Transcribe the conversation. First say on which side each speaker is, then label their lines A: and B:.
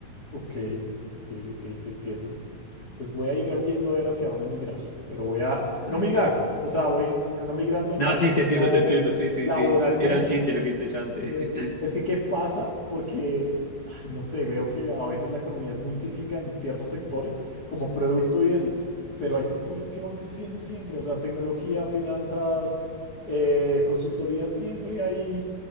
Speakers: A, on the left (about 30°); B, on the left (about 55°).
A: Ok, ok, ok, te entiendo. Pues voy a ir viendo a ver hacia dónde migrar, pero voy a... No
B: <laughs>
A: migrar, o sea, voy, no, no, no migrar del
B: No,
A: país,
B: sí, te
A: sino
B: entiendo, te entiendo. Sí, sí,
A: laboralmente
B: sí. Era un chiste lo que hice yo antes.
A: Eh,
B: <laughs>
A: es que, ¿qué pasa? Porque, ay, no sé, veo que a veces la economía es muy cíclica en ciertos sectores, como producto
B: Sí,
A: y eso, pero hay sectores que van creciendo siempre, o sea, tecnología, finanzas, eh, consultoría, siempre hay